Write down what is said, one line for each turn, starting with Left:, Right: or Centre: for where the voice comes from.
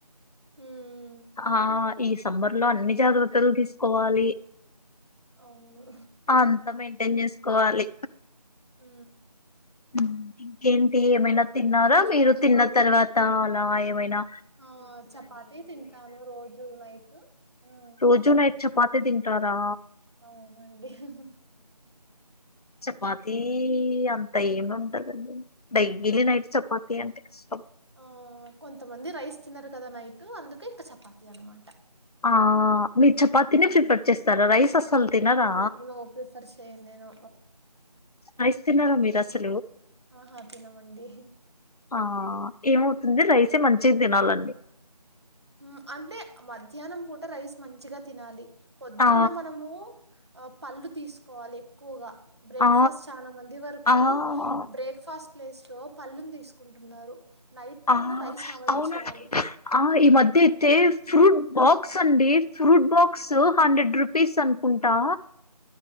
Right: ఊమ్
Left: ఆ ఈ సమ్మర్ లో అన్ని జాగ్రత్తలు తీసుకోవాలి
Right: అవును
Left: అంత మైంటెన్ జేస్ కోవాలి
Right: ఊ
Left: ఊ ఇంకేంటి ఏమైనా తిన్నారా
Right: ఇంట్లో
Left: మీరు
Right: అందరూ
Left: తిన్న తర్వాత ఆ ఎమైనా
Right: ఆ చపాతీ తింటాను రోజు నైట్ ఊమ్
Left: రోజు నైట్ చపాతి దింటారా
Right: అవునండి హహ
Left: చపాతీ ఈ అంత ఏమి ఉంటదండి డైలీ నైట్ చపాతి అంటే కష్టం
Right: ఆ కొంతమంది రైస్ తినరు కద నైట్ అందుకే ఇంక చపాతి అనమాట
Left: ఆ మీర్ చపాతీని
Right: హ్మ్.
Left: ప్రిఫర్ చేస్తారా రైస్ అసలు తినరా
Right: అవును. నో ప్రిఫర్ చేయను నేను.
Left: రైస్ తినర మీరసల్
Right: ఆహ తినమండి ఇహ్
Left: ఆ ఏమవుతుంది రైసే మంచి తినాలండి
Right: ఉ అంటే మధ్యాహ్నం పూట రైస్ మంచిగా తినాలి పొద్దున్న
Left: ఆ
Right: మనము అ పళ్ళు తీసుకోవాలి ఎక్కువగ బ్రేక్ఫాస్ట్
Left: ఆ
Right: చాలా మంది వరకు
Left: ఆ
Right: బ్రేక్ఫాస్ట్ ప్లేస్ లో పళ్ళుని తీసుకుంటున్నారు నైట్ టైమ్
Left: ఆ
Right: రైస్ని అవాయిడ్
Left: అవునండి
Right: చేయాలి
Left: ఆ ఈ మధ్య అయితే ఫ్రూట్ బాక్స్ అండి ఫ్రూట్ బాక్స్ ఉ హండ్రెడ్ రూపీస్ అనుకుంటా